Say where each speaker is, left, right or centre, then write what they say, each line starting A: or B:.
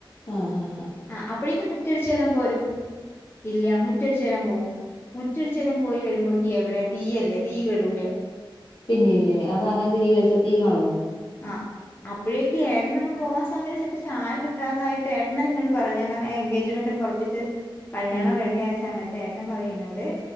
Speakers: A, on the left; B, on the left.
A: അ ഹ
B: അ അപ്പഴേക്കും മുറ്റ അടിച്ചേരാൻ പോരും ഇല്ല മുറ്റടിച്ചേരാൻ പോവും മുറ്റടിച്ചേരാൻ പോയി വരുമ്പോ എവിടെ തീയല്ലേ തീ കെടൂലെ
A: പിന്നില്ലേ അത അങ്ങനെ തിരി വെച്ച തീ കാണോ
B: ആ അപ്പൊഴൊക്കെ ഏട്ടനൊ പോവാൻ സമയത്ത് ചെൽപ്പോ ചായ കിട്ടാതായിട്ട് ഏട്ടനന്നെ ന്നോട് പറിം ഞാങ്ങനെ എൻഗേജ്മെന്റൊകെ ഒർപ്പിച്ച് കല്യാണം
A: ആഹ്
B: റെഡി ആയ സമയത്ത് ഏട്ടം പറയുംനോട്